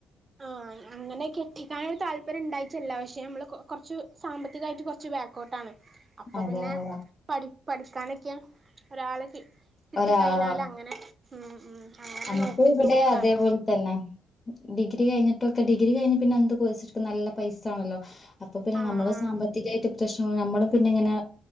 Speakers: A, on the right (about 30°); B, on the left (about 20°).
A: ആഹ് അങ്ങനെ കെട്ടിക്കാനൊരു താല്പര്യം ഉണ്ടായിട്ടല്ല പക്ഷേ നമ്മൾ കൊറച്ച് സാമ്പത്തികായിട്ട് കുറച്ച് ബാക്കോട്ടാണ് അപ്പൊ
B: അതെ
A: പിന്നെ
B: അതെ
A: പഠി പഠിക്കാനൊക്കെ ഒരാള് കിട്ടി
B: ഒരാളാ
A: കഴിഞ്ഞാലങ്ങനെ ഉം ഉം അങ്ങനെ
B: നമുക്ക്
A: നോ
B: ഇവിടെ
A: നോക്കാണ്
B: അതേപോലെ തന്നെ ഡിഗ്രി കഴിഞ്ഞിട്ട് ക്കെ ഡിഗ്രി കിഞ് പിന്നെന്ത് നല്ല കൊയ്സ്‌ട്ക്കാൻ പൈസ ആണല്ലോ അപ്പൊ പിന്നെ
A: ആഹ്
B: നമ്മള്
A: ആഹ്
B: സാമ്പത്തികായിട്ട് ശ്ന നമ്മളും പിന്നെ ഇങ്ങനെ